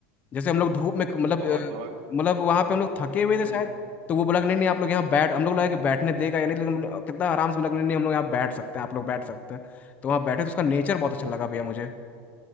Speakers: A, on the left; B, on the right.
A: जैसे हम लोग धूप में मतलब
B: बहुत
A: अ,
B: बहुत
A: मतलब वहां पे हम लोग थके हुए
B: हम्म
A: थे शायद
B: हम्म
A: तो वो बोला कि नहीं नहीं आप लोग यहाँ बैठ हम लोग लगा कि बैठने देगा या नहीं लेकिन हम लोग- कितना आराम से बोला कि नहीं नहीं हम लोग यहाँ बैठ सकते हैं आप लोग बैठ सकते हैं तो वहाँ बैठे तो उसका नेचर बहुत अच्छा लगा भैया मुझे